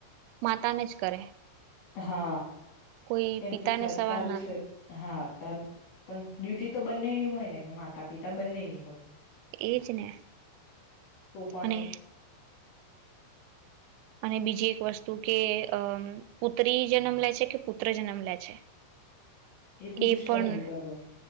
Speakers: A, on the right; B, on the left.
A: માતાને જ કરે.
B: હા.
A: કોઈ
B: કેમ
A: પિતાને
B: તું થ
A: સવાલ
B: તારું
A: ના
B: છે,
A: કરે
B: હા તારું પણ ડ્યુટી તો બંનેની હોય ને કે માતા પિતા બંનેની હોય.
A: એજ ને
B: તો પણ
A: ને અને બીજી એક વસ્તુ કે અમ પુત્રી જન્મ લે છે, કે પુત્ર જન્મ લે છે.
B: પુરુષ
A: એ પણ
B: પર નિર્ભર હોય